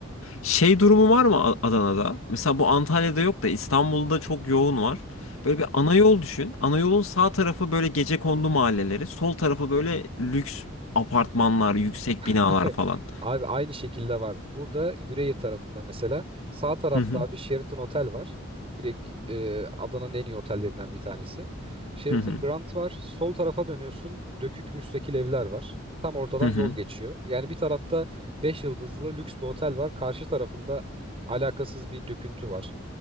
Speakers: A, on the left; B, on the right.
A: Şey durumu var mı A- Adana'da? Mesela bu Antalya'da yok da İstanbul'da çok yoğun var. Böyle bir ana yol düşün. Ana yolun sağ tarafı böyle gecekondu mahalleleri, sol tarafı böyle lüks apartmanlar, yüksek binalar
B: <laughs>
A: falan.
B: Abi aynı şekilde var. Burada Yüreğir tarafında mesela sağ tarafta
A: Hı hı.
B: abi Sheraton Otel var. Direkt e, Adana'nın en iyi otellerinden bir tanesi. Sheraton
A: Hı hı.
B: Grand var. Sol tarafa dönüyorsun. Dökük müstakil evler var. Tam ortadan
A: Hı hı.
B: yol geçiyor. Yani bir tarafta 5 yıldızlı lüks bir otel var. Karşı tarafında alakasız bir döküntü var.